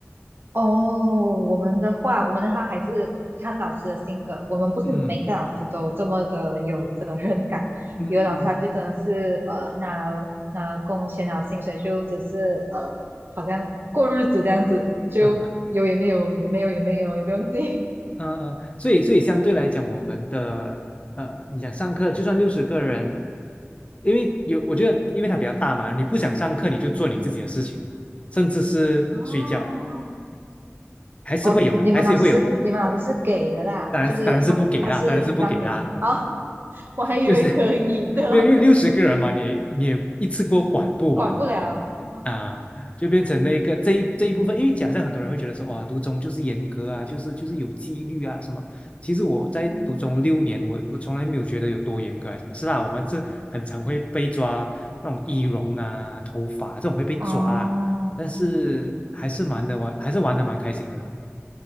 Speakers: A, on the right; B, on the left.
A: 哦，我们的话，我们的话还是看老师的性格，我们不是每个老师都这么的有责任感，
B: 嗯嗯嗯
A: 有的老师他就真的是呃拿了拿了工钱拿了薪水，就只是呃好像过日子这样子，就有也没有，
B: 嗯。<laughs>
A: 没有也没有，也不用自己
B: 嗯嗯，呃所以所以相对来讲，我们的呃，你想上课，就算六十个人，因为有我觉得，因为它比较大嘛，你不想上课，你就做你自己的事情，
A: 嗯，
B: 甚至是睡觉，
A: 哦，
B: 还是会有的，
A: 哦，你们老师是你们老师是给的啦，
B: 还是会有。当然当然是不给啦，
A: 就是他们他是让你们啊，
B: 当然是不给啦，
A: <laughs> 我还以为可以的，
B: 就是 <laughs> 没有，因为六十个人嘛，你你也一次过管不完嘛，
A: 管不了。哦，
B: 啊，就变成那个这一这一部分，因为假设很多人会觉得说，哇，读中就是严格啊，就是就是有纪律啊什么。其实我在读中六年，
A: 嗯
B: 我我从来没有觉得有多严格还是什么。是啦，我们这很常会被抓那种仪容啊、头发这种会被抓啊，
A: 哦，
B: 但是还是蛮的玩，还是玩的蛮开心的啦。